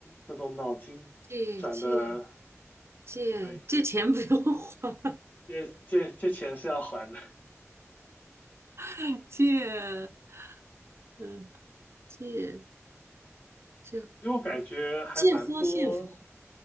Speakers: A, on the left (about 30°); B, on the right (about 55°).
A: 那种脑筋转的，
B: 借借借借钱不用还，
A: 对，借借借钱是要还的。
B: <laughs> 借嗯借借
A: 其实我感觉还蛮多
B: 借花献佛